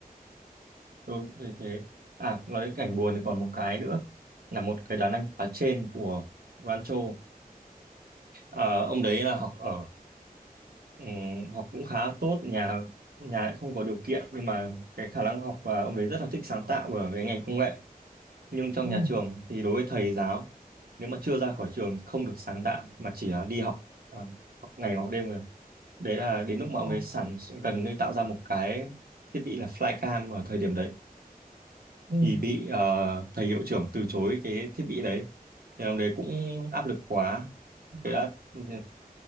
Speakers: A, on the right; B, on the right.
A: đúng thế thế à nói đến cảnh buồn thì còn một cái nữa là một cái đàn anh khóa trên của Rancho à, ông đấy là học ở ừ, học cũng khá tốt nhà nhà lại không có điều kiện nhưng mà cái khả năng học và ông đấy rất là thích sáng tạo ở cái ngành công nghệ nhưng trong
B: ừ.
A: nhà trường thì đối với thầy giáo nếu mà chưa ra khỏi trường thì không được sáng tạo mà chỉ là đi học à, học ngày học đêm đấy là đến lúc mà
B: Ờ,
A: ông ấy sản gần như tạo ra một cái thiết bị là flycam ở thời điểm đấy
B: ừ,
A: thì bị ờ, thầy hiệu trưởng từ chối cái thiết bị đấy thì ông đấy cũng áp lực quá thế đã ừm,